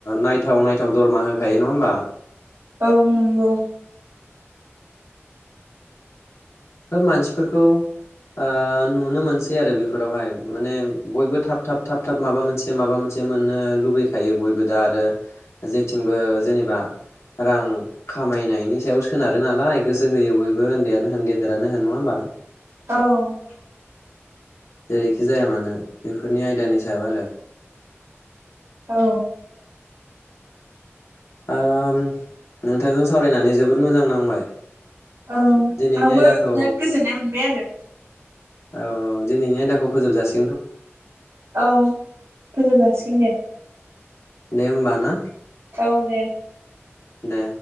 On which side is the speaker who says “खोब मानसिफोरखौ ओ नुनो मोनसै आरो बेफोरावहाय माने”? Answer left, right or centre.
Left